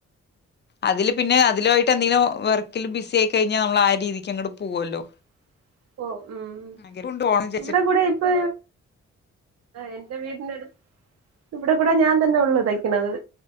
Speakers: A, on the left; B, on the right.
A: അതില് പിന്നെ അതിലായിട്ട് എന്തെങ്കിലും വർക്കിൽ ബിസി ആയി കഴിഞ്ഞാൽ നമ്മള് ആ രീതിക്ക് അങ്ങോട്ട് പോവല്ലോ
B: ഉ ഓ ഉം
A: ആഗ്രഹമുണ്ട് പോണം വിചാരിച്ചിട്ട്
B: ഇവിടെ കൂടെ ഇപ്പൊ എൻ്റെ വീട് ഇവിടെ കൂടെ ഞാൻ തന്നെ ഉള്ളു തയ്ക്കണത്